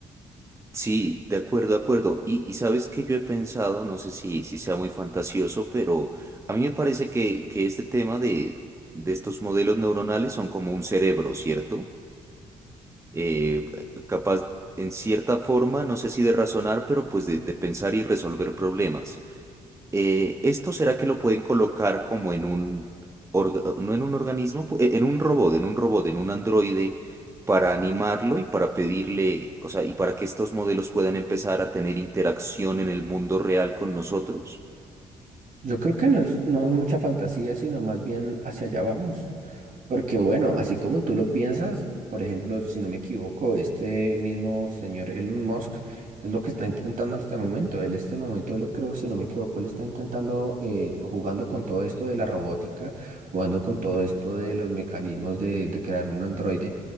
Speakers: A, on the right (about 15°); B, on the right (about 50°).
A: Sí, de acuerdo, de acuerdo. Y, y sabes que yo he pensado, no sé si, si sea muy fantasioso, pero a mí me parece que, que este tema de, de estos modelos neuronales son como un cerebro, ¿cierto? Eh, capaz, en cierta forma, no sé si de razonar, pero pues
B: Mm.
A: de, de pensar y resolver problemas. Eh, ¿esto será que lo pueden colocar como en un, orga- no en un organismo, pu- e- en un robot, en un robot, en un androide, para animarlo y para pedirle, o sea, y para que estos modelos puedan empezar a tener interacción en el mundo real con nosotros?
B: Yo creo que no es, no es mucha fantasía, sino más bien hacia allá vamos. Porque bueno, así como tú lo piensas, por ejemplo, si no me equivoco, este mismo señor Elon Musk es lo que está intentando en este momento. Él en este momento, él creo, si no me equivoco, él está intentando eh, jugando con todo esto de la robótica, jugando con todo esto de los mecanismos de, de crear un androide.